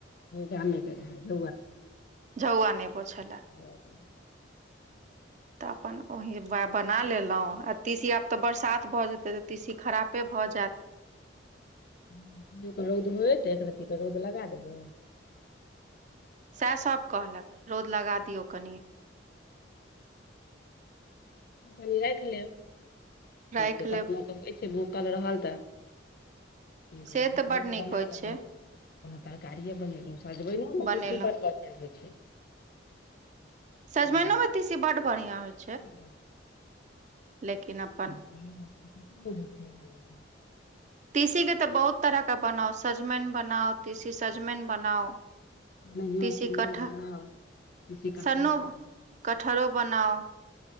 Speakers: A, on the left; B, on the right.
A: गामे क रही <unintelligible>
B: जउआ नहि पोछऽ लय
A: ह
B: तऽ अपन ओही बना लेलहुँ तीसी आब तऽ बरसात भऽ जेतै तऽ ती सी खराबे भऽ जायत
A: हँ कहि रौद होय त एक रत्तीके रौद लगा देबै
B: सएह सभ कहलथि रौद लगा दियौ कनि
A: कनि राखि लेब
B: राखि
A: कऽ कखनोहु
B: लेब
A: क होइ छै भूखल रहल तऽ खाना
B: से तऽ बड नीक
A: बना
B: होइ
A: लेलहुँ
B: छै
A: कोनो तरकारियए बनेलहुँं सजबैल ने
B: बनेलहुँ
A: ती बड ब <unintelligible>
B: सजमइनो
A: बड्ड
B: मे तीसी बड बढ़िया होइ छै
A: <unintelligible>
B: लेकिन अपन
A: ह
B: तीसी के तऽ बहुत तरह के बनाउ सजमनि बनाउ तीसी सजमनि बनाउ
A: नहियो
B: तीसी
A: सहियो
B: कठ
A: बना <unintelligible>
B: सन्नो कटहरो बनाउ